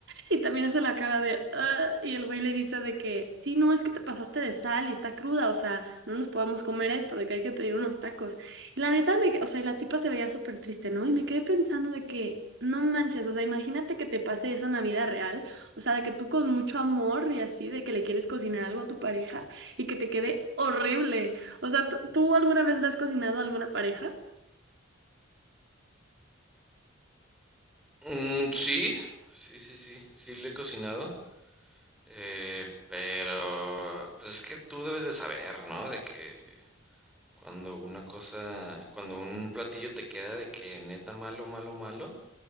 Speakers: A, on the right; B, in the centre.
A: y también hace la cara de, "Ah", y el güey le dice de que, sí, no, es que te pasaste de sal y está cruda, o sea, no nos podemos comer esto, de que hay que pedir unos tacos. Y la neta, me que- o sea, y la tipa se veía súper triste, ¿no? Y me quedé pensando de que, no manches, o sea, imagínate que te pase eso en la vida real, o sea, de que tú con mucho amor y así, de que le quieres cocinar algo a tu pareja y que te quede horrible. O sea, ¿tú tú alguna vez le has cocinado a alguna pareja?
B: Mm, sí, sí, sí, sí, sí le he cocinado, eh, pero pues es que tú debes de saber, ¿no? De que cuando una cosa, cuando un platillo te queda de que neta malo, malo, malo,